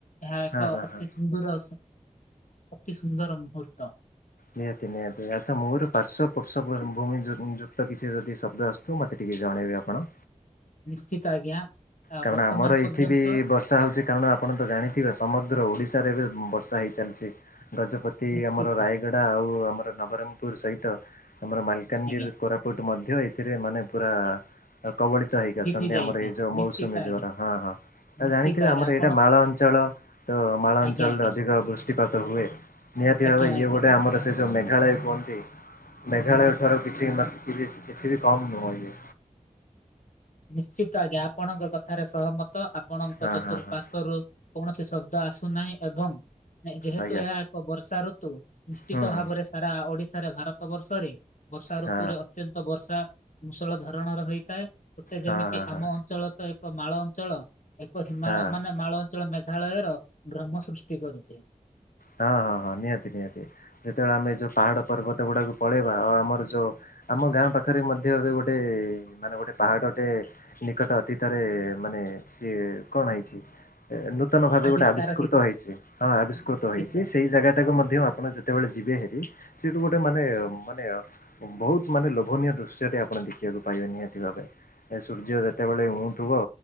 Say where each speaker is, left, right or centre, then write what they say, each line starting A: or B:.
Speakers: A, on the left; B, on the left.
A: ଏହା ଏକ
B: ହଁ ହଁ
A: ଅତି
B: ହଁ
A: ସୁନ୍ଦୁର ଅତି ସୁନ୍ଦର ମୁହୂର୍ତ୍ତ।
B: ନିହାତି ନିହାତି ଆଚ୍ଛା ମୋର ପାର୍ସ ପଶବ ଭଉଣୀ ଯୁ ପିଛେ କିଛି ଯଦି ଶବ୍ଦ ଆସ ତୁ ମତେ ଟିକେ ଜଣେଇବି ଆପଣ।
A: ନିଶ୍ଚିତ ଆଜ୍ଞା। ଆ
B: କାରଣ
A: ବର୍ତ୍ତମାନ
B: ଆମର
A: ପର୍ଯ୍ୟନ୍ତ
B: ଏଇଠି ବି ବର୍ଷା ହଉଚି। କାରଣ ଆପଣ ତ ଜାଣିଥିବେ ସମଗ୍ର ଓଡ଼ିଶାରେ ଏବେ ବର୍ଷା ହେଇଚାଲିଛି ଗଜପତି
A: ନିଶ୍ଚିତ
B: ଆମର ରାୟ ଗଡ଼ା ଆଉ ଆମର ନବରଙ୍ଗପୁର ସହିତ ଆମର ମାଲକାନଗିରି
A: ଆଜ୍ଞା
B: କୋରାପୁଟ ମଧ୍ୟ ଏଥିରେ ମାନେ ପୁରା କବଳିତ ହେଇକି ଅଛନ୍ତି
A: ଭିଜି ଯାଇଛି
B: ଆମର ଏଇ ଯୋଉ
A: ନିଶ୍ଚିତ
B: ମୋଉସ୍ ସୁମିଟା
A: ଆଜ୍ଞା।
B: ହଁ ହଁ
A: ନିଶ୍ଚିତ
B: ଜାଣିଥିବ
A: ଆଜ୍ଞା
B: ଆମର
A: ଆପଣ
B: ଏଇଟା ମାଳ ଅଞ୍ଚଳ ତ ମାଳ
A: ଆଜ୍ଞା
B: ଅଞ୍ଚଳରେ
A: ଆଜ୍ଞା
B: ଅଧି ଜ ବୃଷ୍ଟିପାତ ହୁଏ ନିହାତି
A: ଆଜ୍ଞା
B: ଭାବେ ଇଏ
A: ଆଜ୍ଞା।
B: ଗୋଟେ ଆମର ସେ ଯେଉଁ ମେଘାଳୟ କୁହନ୍ତି ମେଘାଳୟ ଠାରୁ କିଛି କିଛି ବି କମ୍ ନୁହେଁ ଇଏ।
A: ନିଶ୍ଚିତ ଆଜ୍ଞା ଆପଣଙ୍କ କଥାରେ ସହମତ ଆପଣଙ୍କ
B: ହଁ
A: ଚତୁଃପାର୍ଶ୍ଵରୁ
B: ହଁ ହଁ
A: କୌଣସି ଶବ୍ଦ ଆସୁନାହିଁ। ଏବଂ ଯେହେତୁ
B: ଆଜ୍ଞା
A: ଏହା ଏକ ବର୍ଷା ଋତୁ ନିଶ୍ଚିତ
B: ହୁଁ ହୁଁ
A: ଭାବରେ ସାରା ଓଡିଶାରେ ଭାରତ ବର୍ଷରେ ବର୍ଷା
B: ହଁ
A: ଋତୁରେ ଅତ୍ୟନ୍ତ ବର୍ଷା ମୂଷଳ ଧରଣର ହେଇଥାଏ। ସତେ ଯେମିତି
B: ହଁ ହଁ ହଁ।
A: ଆମ ଅଞ୍ଚଳ ତ ଏକ ମାଳ ଅଞ୍ଚଳ। ଏକ ହିମାଳୟ
B: ହଁ।
A: ମାନେ ମାଳ ଅଞ୍ଚଳ ମେଘାଳୟର ଭ୍ରମ ସୃଷ୍ଟି କରୁଚି।
B: ହଁ ହଁ ହଁ ନିହାତି ନିହାତି ଯେତେବେଳେ ଆମେ ଯୋଉ ପାହାଡ଼ ପର୍ବତ ଗୁଡାକୁ ପଳେଇବା ଆଉ ଆମର ଯୋଉ ଆମ ଗାଁ ପାଖରେ ମଧ୍ୟ ଏବେ ଗୋଟେ ମାନେ ଗୋଟେ ପାହାଡ ଟେ ନିକଟ ଅତୀତରେ ମାନେ ସିଏ କଣ ହେଇଚି ନୂ ତନ ଭାବେ
A: ଆବିଷ୍କାର
B: ଗୋଟେ ଆବିଷ୍କୃତ
A: ହେଇଛି
B: ହେଇଚି। ହଁ ଆବିଷ୍କୃତ
A: ନିଶ୍ଚିତ
B: ହେଇଚି ସେ ସେଇ ଜାଗା ଟାକୁ ମଧ୍ୟ ଆପଣ ଯେତେବେଳେ ଯିବେ ହେରି ସେଠୁ ଗୋଟେ ମାନେ ମାନେ ବହୁତ ମାନେ ଲୋଭନୀୟ ଦୃଶ୍ୟଟି ଆପଣ ଦେଖିବାକୁ ପାଇବେ ନିହାତି ଭାବରେ। ଏ ସୂର୍ଯ୍ୟ ଯେତେବେଳେ ଉଁ ଥିବ